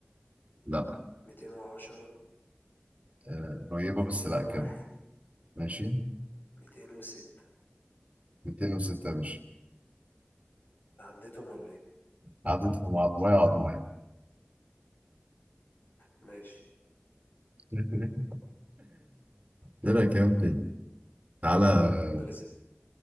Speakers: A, on the right; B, on the left.
A: لا
B: 210
A: آه، قريبة
B: 201
A: بس لا كمل ماشي
B: 206
A: 206 يا باشا
B: عديتهم ولا ايه
A: عددهم عضماية عضماية
B: ماشي
A: <laughs> لا كمل تعالى
B: اتفضل اسأل